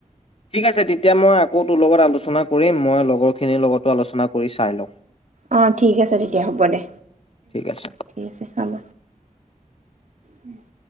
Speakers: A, on the left; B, on the right.
A: ঠিক আছে তেতিয়া মই আকৌ তোৰ লগত আলোচনা কৰিম মই লগৰখিনিৰ লগতো আলোচনা কৰি চাই লম।
B: অ ঠিক আছে তেতিয়া হ'ব দে
A: ঠিক আছে
B: ঠিক আছে হ'ব। <unintelligible>